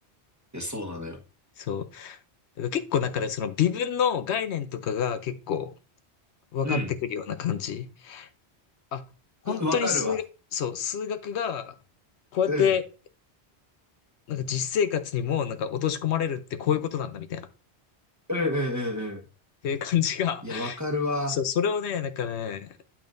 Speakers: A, on the right; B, on the left.
A: や、そうなのよ。
B: そう。だから結構なんかね、その微分の概念とかが結構分かってくるような感じ。
A: うん。
B: あ、本当に数学、
A: うん、わかるわ。
B: そう、数学がこうやって
A: うん。
B: なんか実生活にもなんか落とし込まれるってこういうことなんだみたいな。っ
A: うんうんうんうん。
B: ていう感じが、
A: いや、
B: <laughs>
A: わかるわ。
B: そう、それをね、なんかね、